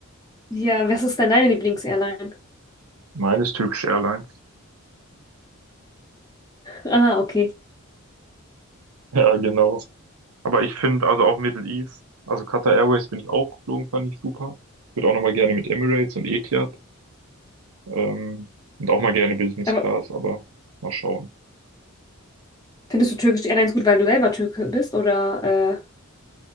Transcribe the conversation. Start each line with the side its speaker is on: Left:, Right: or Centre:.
Left: Ja, was ist denn deine Lieblingsairline?
Right: Meines Turkish Airlines. <laughs>
Left: Aha, okay.
Right: Ja, genau. Aber ich finde, also auch Middle East, also Qatar Airways bin ich auch geflogen, fand ich super. Würde auch nochmal gerne mit Emirates und Etihad, ähm, und auch mal gerne Business
Left: Aber
Right: Class, aber mal schauen.
Left: findest du türkische Airlines gut, weil du selber Türke bist oder äh,